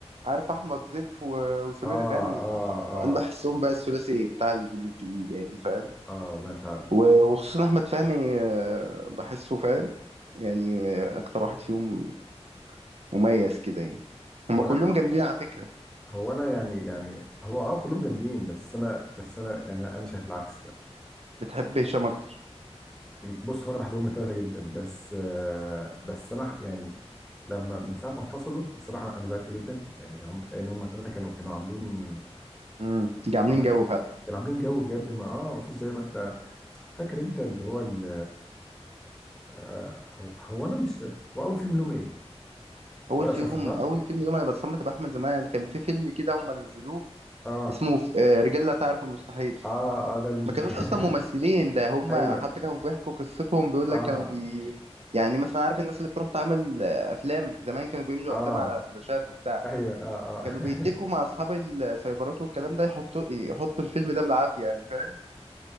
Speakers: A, on the right; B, in the centre.
A: عارف احمد ضيف و- وسمير
B: اه
A: غانم
B: اه اه
A: و- انا بحسهم بقى الثلاثي بتاع الجيل الجديد يعني فاهم
B: اه والله فعلا
A: و- وخصوصا احمد فهمي آه، بحسه فاهم يعني آه، اكتر واحد فيهم مميز كده يعني هما
B: وانا
A: كلهم جامدين على فكرة
B: هو انا يعني يعني هو اه كلهم جامدين بس انا بس انا يعني انا شايف العكس بقى
A: بتحب هشام اكتر
B: م- بص هو انا بحبهم الثلاثه جدا بس آه بس انا ح- يعني لما من ساعه ما انفصلوا الصراحه انا زعلت جدا يعني هم لان هم الثلاثه كانوا كانوا عاملين
A: امم عاملين
B: كانوا
A: جو
B: كانوا عاملين
A: فعلا
B: عاملين كانوا عاملين جو بجد ما اه ما فيش زي ما انت فاكر انت اللي هو ال آه هو هو انا مش هو اول فيلم لهم ايه؟
A: اول
B: ورقة
A: فيهم
B: أول شفرة صح؟
A: اول
B: فيلم
A: فيلم يوم انا بتصمت باحمد زمان كان في فيلم كده هم نزلوه
B: اه
A: اسمه آه، رجال لا تعرف المستحيل
B: اه اه ده ال...
A: ما كانوش
B: <laughs>
A: اصلا ممثلين ده هم
B: ايوه هو
A: حتى كانوا بيحكوا قصتهم بيقول
B: هو
A: لك كانوا بي... يعني مثلا عارف الناس اللي بتروح تعمل آه، افلام زمان كانوا بيملوا
B: اه
A: افلام على فلاشات وبتاع
B: كان كان اه تبع ايوه اه اه
A: كانوا بيتفقوا مع اصحاب السايبرات والكلام ده يحطوا يحطوا الفيلم ده بالعافيه يعني فاهم